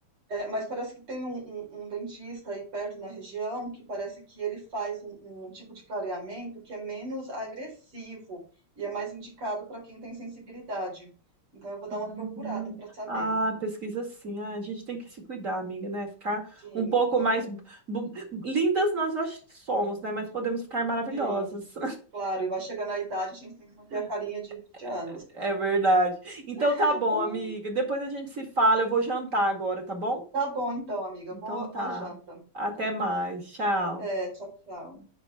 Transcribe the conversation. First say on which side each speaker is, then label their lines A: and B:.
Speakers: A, on the right; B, on the right.
A: É, mas parece que tem um, um- um dentista aí perto na região que parece que ele faz um, um tipo de clareamento que é menos agressivo e é mais indicado para quem tem sensibilidade. Então eu vou dar
B: Hum,
A: uma procurada para saber.
B: ah, pesquisa sim. Ah, a gente tem que se cuidar, amiga, né? Ficar
A: Sim,
B: um pouco
A: ai,
B: mais bu- bu- lindas nós já somos, né? Mas podemos ficar maravilhosas.
A: sim, claro. E vai chegando a idade, a gente tem que manter
B: <laughs>
A: a carinha de 20 anos.
B: É verdade. Então
A: <laughs>
B: tá bom, amiga. Depois a gente se fala. Eu vou jantar agora, tá bom?
A: Tá bom então, amiga.
B: Então
A: Boa,
B: tá.
A: boa janta.
B: Até mais. Tchau.
A: Até, tchau, tchau.